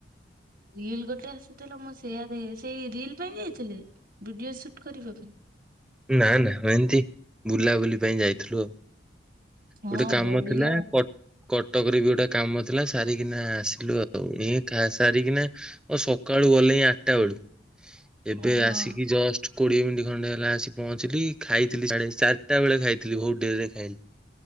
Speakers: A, on the right (about 50°); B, in the centre.
A: ରିଲ ଗୋଟେ ଆସିଥିଲା ମୋ ସେଆ <unintelligible> ସେଇ ରିଲ ପାଇଁ ଯାଇଥିଲେ ଭିଡିଓ ସୁଟ କରିବା ପାଇଁ?
B: ନା ନା ଏମତି ବୁଲାବୁଲି ପାଇଁ ଯାଇଥିଲୁ ଆଉ।
A: ହଁ
B: ଗୋଟେ କାମ
A: ବଢିଆ
B: ଥିଲା କ କଟକ ରେ ବି ଗୋଟେ କାମ ଥିଲା ସାରିକିନା ଆସିଲୁ ଆଉ। ସାରିକିନା ଅ ସକାଳୁ ଗଲେଇ ଆଠଟା ବେଳୁ ଏବେ
A: ହଁ ହଁ
B: ଆସିକି ଜଷ୍ଟ କୋଡିଏ ମିନିଟ୍ ଖଣ୍ଡେ ହେଲା ଆସି ପହଞ୍ଚିଲି ଖାଇଥିଲି ସାଢେ ଚାରିଟା ବେଳେ ଖାଇଥିଲି ବହୁତ ଡେରିରେ ରେ ଖାଇଲି।